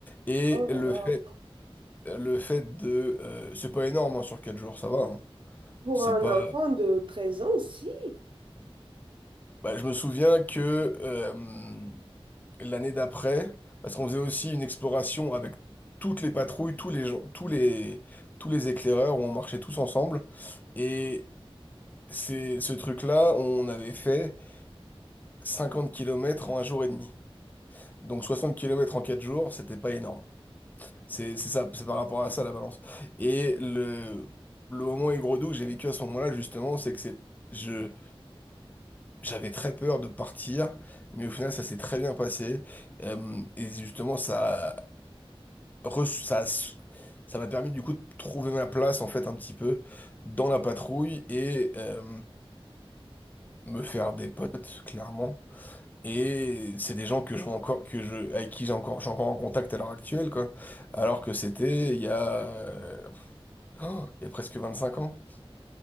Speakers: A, on the left; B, on the right.
A: Et
B: Oh là
A: le
B: là.
A: fait, le fait de... euh, c'est pas énorme hein, sur 4 jours, ça va. hein.
B: Pour
A: C'est
B: un
A: pas,
B: enfant de 13 ans, si.
A: Bah, je me souviens que euh, l'année d'après, parce qu'on faisait aussi une exploration avec toutes les patrouilles, tous les gens, tous les, tous les éclaireurs, on marchait tous ensemble. Et c'est ce truc-là, on avait fait 50 kilomètres en un jour et demi. Donc 60 kilomètres en 4 jours, c'était pas énorme. C'est c'est ça, c'est par rapport à ça la balance. Et le, le moment aigre-doux que j'ai vécu à ce moment-là, justement, c'est que c'est, je, J'avais très peur de partir, mais au final, ça s'est très bien passé. Euh, et justement, ça, a reçu- ça, a s- ça m'a permis du coup de trouver ma place, en fait, un petit peu dans la patrouille et euh, me faire des potes, clairement. Et c'est des gens que je vois encore, que je, avec qui j'ai encore, je suis encore en contact à l'heure actuelle, quoi. Alors que c'était il y a, euh, oh, il y a presque cinq ans.